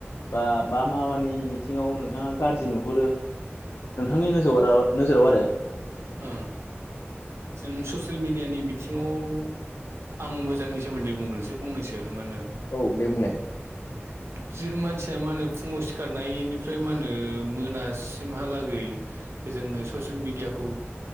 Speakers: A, on the left; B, on the right.
A: बा मा म मानि बिथिङाव नोंथाङा गाज्रि नुहुरो नोंथांनि नोजोर नोजोराव आरो
B: ओ ज ससियेल मिेडियानि बिथिङाव आं मोजांनि सोमोन्दै बुंग्रोनसै फंनैसो मा होनो
A: औ दे बुंलाय
B: मानसिया मा होनो फुङाव सिखारनायनिफ्राय मा होनो मोनास सिमहालागै जोङो ससियेल मिडियाखौ